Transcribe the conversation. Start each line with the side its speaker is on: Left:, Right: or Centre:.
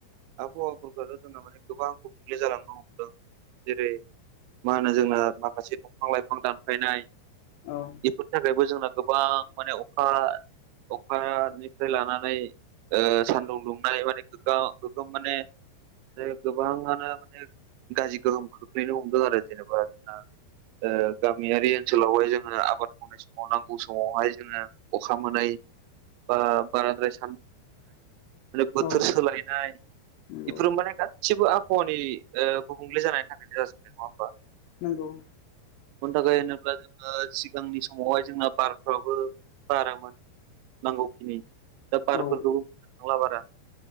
Right: आबहावाफोरखौथ' जोंना गोबां गुबुंले जालांनो हमदों जेरै मा होनो जोंना माखासे दंफां -लाइफां दानफायनाय
Left: औ
Right: बेफोरनि थाखायबो जोंना गोबां माने अखा अखानिफ्राय लानानै ओ सान्दुं दुं माने गो गगा गोगोम माने गोबाङ मानो माने गाज्रि गोहोम खोख्लैनो हमदों आरो जेनेबा जोंना ओ गामियारि ओनसोलावहाय जोङो आबाद मावनाय समाव नांगौ समावहाय जोङो अखा मोनै बा बाराद्राय माने बोथोर
Left: औ
Right: सोलायनाय
Left: नंगौ
Right: बेफोरो माने गासिबो आबहावानि गुबुंले जानायनि थाखायनो जाजोबनाय नङा होमबा
Left: नंगौ
Right: बेनि थाखाय होनोब्ला जोङो सिगांनि समावहाय जोंना बारफ्राबो बारामोन नांगौखिनि दा बारफोरखौ‌बो
Left: औ
Right: नुनो थांला बारा